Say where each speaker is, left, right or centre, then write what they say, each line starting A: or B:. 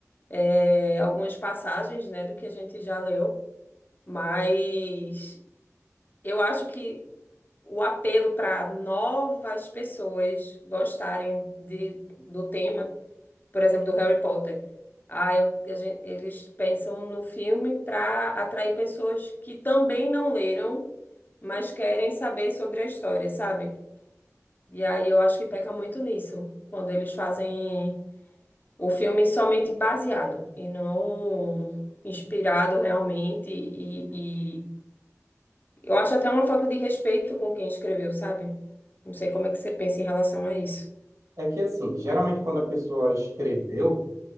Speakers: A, on the left; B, on the right.
A: eh, algumas passagens, né, do que a gente já leu. Mas eu acho que o apelo para novas pessoas gostarem de, do tema, por exemplo, do Harry Potter. Ah, eu, a gen- eles pensam no filme para atrair pessoas que também não leram, mas querem saber sobre a história, sabe? E aí eu acho que peca muito nisso, quando eles fazem o filme somente baseado e não inspirado realmente e eu acho até uma falta de respeito com quem escreveu, sabe? Não sei como é que você pensa em relação a isso.
B: É que, assim, geralmente quando a pessoa escreveu,